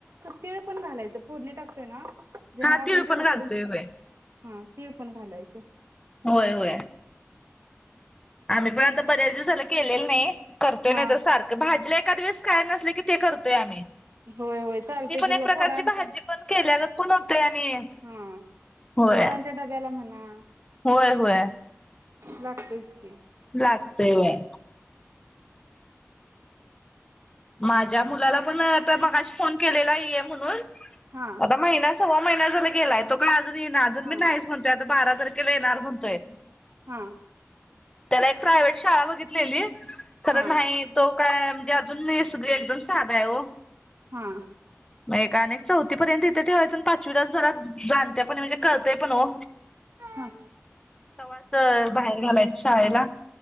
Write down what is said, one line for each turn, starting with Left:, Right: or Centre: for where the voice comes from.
Right: तिळ पण घालायचं, फोडणे टातोय ना. जेव्हा
Left: हा
Right: आपण
Left: तेल
Right: ते
Left: पण
Right: उकडून
Left: घालतोय वय.
Right: हा तीळ पण घालायचं.
Left: होय होय. आम्ही पण आता बऱ्याच दिवस झाल, केलेलं नाही. करतोय
Right: हा
Left: नाही तर सारखं, भाजीलं एखादवेळेस काय नसले की ते करतोय आम्ही
Right: होय होय चालते
Left: ती पण
Right: की,
Left: एक
Right: ल
Left: प्रकारची
Right: पोरांच्या
Left: भाजी पण केल्यागत पण होतंय आणि
Right: हा
Left: होय.
Right: पोरांच्या डब्याला म्हणा
Left: होय होय
Right: लागतोयच की
Left: लागतय होय. माझ्या मुलाला पण आता मगाशी फोन केलेला ये म्हणून
Right: हा
Left: आता महिना सवा महिना झाला गेलाय तो का येई ना अजूनी
Right: हा
Left: बी नाहीच म्हणतोय आता बारा तारख ला येणार म्हतोय
Right: हा
Left: त्याला एक प्राव्हेट शाळा बघितलेली खरं
Right: हा
Left: नाही तो काय म्हणजे अजून हे सगळे एकदम साधा आहे ओ
Right: हा
Left: म एकानेक चौथीपर्यंत इथे ठेवायचा पाचवीला जरा जाणत्या पणी म्हणजे कलतंय पण ओ
Right: हा
Left: तवाच बाहेर घालायचं शाळेला